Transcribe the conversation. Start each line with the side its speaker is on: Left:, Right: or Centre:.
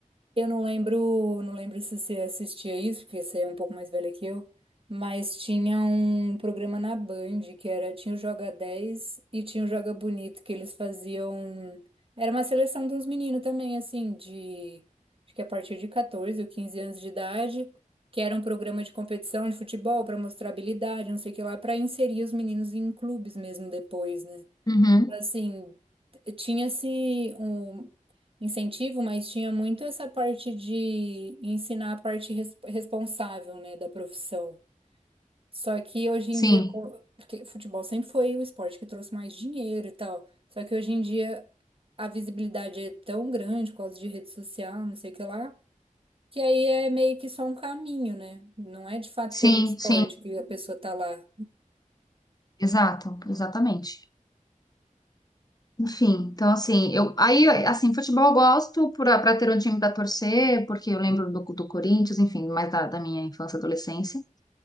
Right: Eu não lembro, não lembro se você assistia isso, porque você é um pouco mais velha que eu, mas tinha um programa na Band que era, tinha o Joga 10 e tinha o Joga Bonito, que eles faziam, era uma seleção de uns meninos também, assim, de, acho que a partir de 14 ou 15 anos de idade, que era um programa de competição de futebol para mostrar habilidade, não sei o que lá, para inserir os meninos em clubes mesmo depois, né?
Left: Uhum.
Right: Assim, tinha-se um incentivo, mas tinha muito essa parte de ensinar a parte res- responsável, né, da profissão. Só que hoje
Left: Sim,
Right: em dia, co- porque futebol sempre foi o esporte que trouxe mais dinheiro e tal. Só que hoje em dia a visibilidade é tão grande por causa de rede social, não sei o que lá, que aí é meio que só um caminho, né? Não é de fato
Left: sim,
Right: pelo esporte
Left: sim,
Right: que a pessoa tá lá.
Left: exato, exatamente. Enfim, então assim, eu aí assim, futebol eu gosto para ter um time para torcer, porque eu lembro do, do Corinthians, enfim, mais da, da minha infância, e adolescência.